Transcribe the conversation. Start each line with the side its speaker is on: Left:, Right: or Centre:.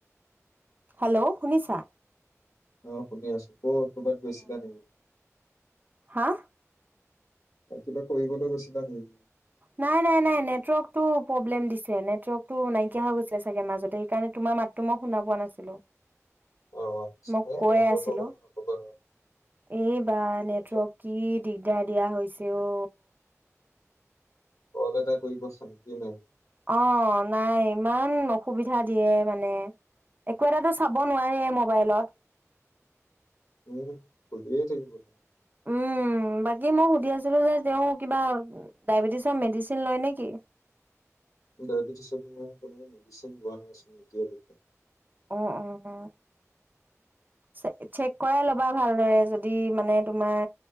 Right: হেল্ল শুনিছা?
Left: অ', শুনি আছোঁ। অ', <unintelligible>
Right: হা
Left: কিবা কৰিবলে গৈছিলানি?
Right: নাই নাই নাই নেটৱৰ্ক টো প্ৰব্লেম দিছে নেত নেটৱৰ্কটো নাই কিয়া হৈ গৈছিল চাগে মাজতে সেইকাৰণে তোমাৰ মাতটো মই শুনা পোৱা নাছিলোঁ।
Left: অ
Right: মই
Left: এ
Right: কৈ
Left: নেটৱৰ্কৰ
Right: আছিলোঁ
Left: কথা নকবা
Right: এই বা নিউৱৰ্ক
Left: নেটৱৰ্ক
Right: কি দিগদাৰ <inaudible> হৈছে অ'
Left: কল এটা কৰিব শক্তি নাই।
Right: অ' নাই ইমান অসুবিধা দিয়ে মানে একো এটাতো চাব নোৱাৰিএ মবাইলত
Left: উম কৰিয়ে থাকিব।
Right: উম বাকী মই সুধি আছিলোঁ যে তেওঁ কিবা ডাইবেটিছৰ মেডিচিন লয় নে কি?
Left: ডাইবেটিছৰ তেনেকা কোনো মেডিচিন লোৱা নাছিলে এতিয়া লৈছে।
Right: অ অ চেক চেক কৰাই লবা ভালদৰে যদি মানে তোমাৰ